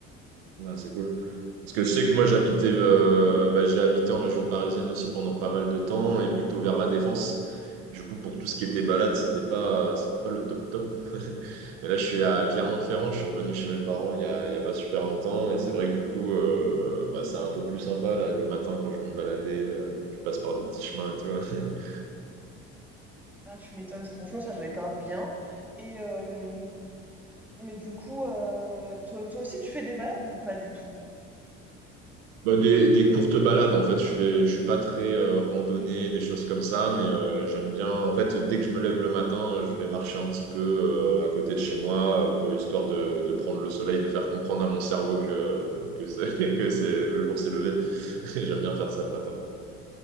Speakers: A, on the right (about 85°); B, in the centre.
A: Ah, c'est cool. Parce que je sais que moi j'habitais euh, bah, j'ai habité en région parisienne aussi pendant pas mal de temps et plutôt vers la Défense. Du coup, pour tout ce qui était balade, c'était pas, c'était pas le top top. <laughs> Mais là, je suis à Clermont-Ferrand, je suis revenu chez mes parents il y a, il y a pas super longtemps. Et c'est vrai que du coup, euh, bah, c'est un peu plus sympa là, le matin quand je veux me balader. euh, je passe par des petits chemins et tout. <laughs>
B: Ah, tu m'étonnes. Franchement, ça doit être grave bien. Et euh, mais du coup, euh, toi, toi aussi, tu fais des balades ou pas du tout?
A: Bah, des, des courtes balades en fait. Je fais, je suis pas très euh, randonnée, des choses comme ça, mais euh, j'aime bien. En fait, dès que je me lève le matin, euh, je vais marcher un petit peu euh, à côté de chez moi, euh, pour histoire de, de prendre le soleil, de faire comprendre à mon cerveau que euh, que c'est <laughs> que c'est le jour s'est levé. <laughs> J'aime bien faire ça le matin.